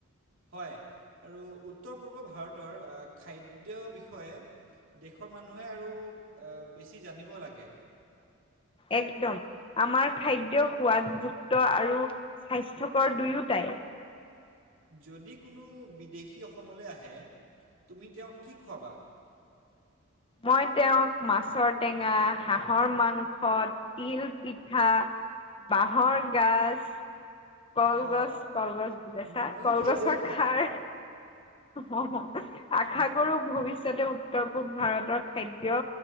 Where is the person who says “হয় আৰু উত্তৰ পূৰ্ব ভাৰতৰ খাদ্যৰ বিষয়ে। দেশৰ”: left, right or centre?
Right